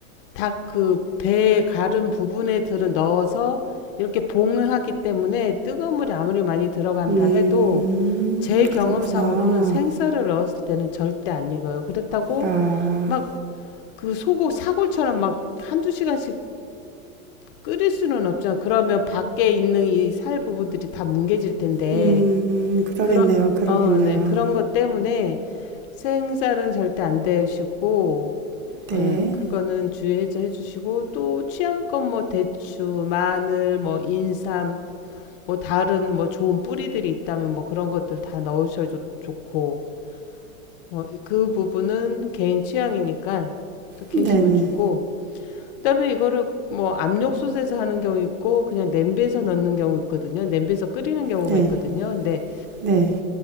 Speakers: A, on the left (about 40°); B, on the right (about 25°).
A: 닭 그 배 가른 부분에 들은 넣어서 이렇게 봉을 하기 때문에 뜨거운 물이 아무리 많이 들어간다
B: 음,
A: 해도 제 경험상으로는
B: 그렇구나.
A: 생쌀을 넣었을 때는 절대 안 익어요. 그렇다고
B: 아,
A: 막 그 소고 사골처럼 막 한두 시간씩 끓일 수는 없잖아. 그러면 밖에 있는 이 살 부분들이 다 뭉개질 텐데
B: 음, 그러겠네요,
A: 그런
B: 그러겠네요.
A: 어, 네. 그런 것 때문에 생쌀은 절대 안 데우시고
B: 네,
A: 예, 그거는 주의해 해주시고 또 취향껏 뭐 대추, 마늘, 뭐 인삼, 뭐 다른 뭐 좋은 뿌리들이 있다면 뭐 그런 것들 다 넣으셔도 좋고 뭐 그 부분은 개인 취향이니까 그렇게
B: 네,
A: 하시면
B: 네,
A: 주고 그다음에 이거를 뭐 압력솥에서 하는 경우 있고 그냥 냄비에서 넣는 경우 있거든요. 냄비에서 끓이는 경우가
B: 네,
A: 있거든요. 근데
B: 네,